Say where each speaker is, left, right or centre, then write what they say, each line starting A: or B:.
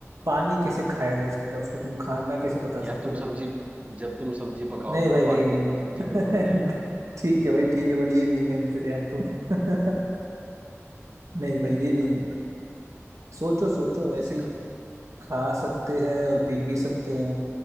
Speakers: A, on the right; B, on the right.
A: पानी कैसे खाया जा सकता है उसको तुम खाना कैसे बता
B: यार
A: सकते
B: तुम
A: हो
B: सब्जी
A: भाई
B: में जब तुम सब्जी पकाओगे
A: नहीं
B: वह
A: भाई नहीं
B: पानी
A: नहीं
B: में
A: नहीं
B: घु- सब्जी में घुल जाएगा
A: <laughs> ठीक है भाई ठीक है बट ये नहीं है आंसर यार तुम <laughs> नहीं भाई
B: अरे
A: ये नहीं
B: यार
A: है सोचो सोचो
B: जिसे
A: ऐसे ही
B: खा
A: खा सकते हैं और पी भी सकते हैं